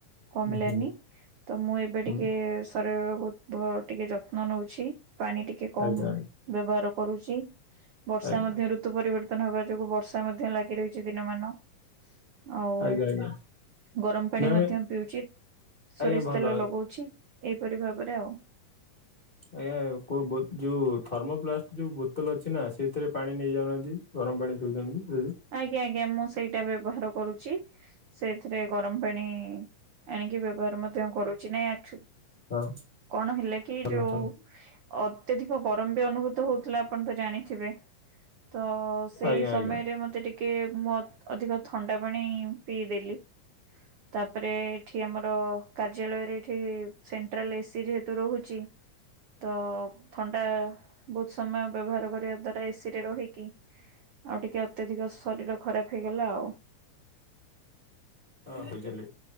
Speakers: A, on the right; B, on the left.
A: କମିଲାନି
B: ହୁଁ
A: ତ ମୁଁ ଏବେ
B: ହୁଁ
A: ଟିକେ ଶରୀରର ବହୁତ୍ ବ ଟିକେ ଯତ୍ନ ନଉଛି ପାଣି ଟିକେ ଟିକେ କମ୍
B: ଆଜ୍ଞା
A: ବ୍ୟବହାର କରୁଛି ବର୍ଷା
B: ଆଜ୍ଞା
A: ମଧ୍ୟରୁ ଋତୁ ପରିବର୍ତନ ହେବା ଯୋଗୁଁ ବର୍ଷା ମଧ୍ୟ ଲାଗି ରହିଛି ଦିନ ମାନ। ଆଉ
B: ଆଜ୍ଞା ଆଜ୍ଞା।
A: ଗରମ ପାଣି
B: ମ୍ୟାମ
A: ମଧ୍ୟ ପିଉଛି, ସୋରିଷ
B: ଆଜ୍ଞା ଭଲ
A: ତେଲ ଲଗଉଛି। ଛି ଏଇପରି ଭାବରେ ଆଉ।
B: ଆଜ୍ଞା। କୋଉ ବୋ ଥର୍ମୋପ୍ଲାଷ୍ଟ ଯୋଉ ବୋତଲ ଅଛି ନା ସେଇଥିରେ ପାଣି ନେଇ ଯାଉନାହାନ୍ତି। ଗରମ ପାଣି ପିଉଛନ୍ତି ଯଦି।
A: ଆଜ୍ଞା, ଆଜ୍ଞା, ମୁଁ ସେଇଟା ବ୍ୟବହାର କରୁଛି। ସେଇଥିରେ ଗରମ ପାଣି ଆଣିକି ବ୍ୟବହାର ମଧ୍ୟ କରୁଛି। ନାଇଁ ଆଛୁ
B: ହଁ
A: କଣ ହେଲା କି
B: ଭଲ
A: ଯୋଉ
B: ଭଲ।
A: ଅତ୍ୟଧିକ ଗରମ ବି ଅନୁଭୂତ ହଉଥିଲା ଆପଣ ତ ଜାଣିଥିବେ। ତ ସେଇ
B: ଆଜ୍ଞା
A: ସମୟରେ
B: ଆଜ୍ଞା ଆଜ୍ଞା,
A: ମ ମତେ ଟିକେ, ମୁଁ ଅଧିକ ଥଣ୍ଡା ପାଣି ପିଇଦେଲି। ତାପରେ ଏଠି ଆମର କାର୍ଯ୍ୟାଳୟରେ ଏଠି ସେଣ୍ଟ୍ରାଲ ଏସି ଯେହେତୁ ରହୁଛି। ତ ଥଣ୍ଡା ବହୁତ ସମୟ ବ୍ୟବହାର କରିବା ଦ୍ଵାରା ଏସି ରେ ରହିକି, ଆଉ ଟିକେ ଅତ୍ୟଧିକ ଶରୀର ଖରାପ ହେଇଗଲା ଆଉ।
B: ହଁ ବୁଝିଲି।